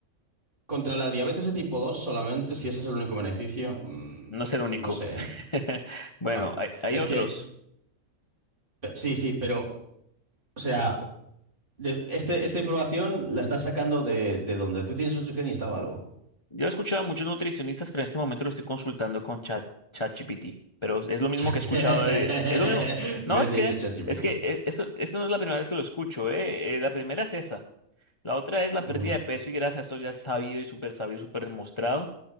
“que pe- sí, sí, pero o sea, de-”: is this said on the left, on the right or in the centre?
Right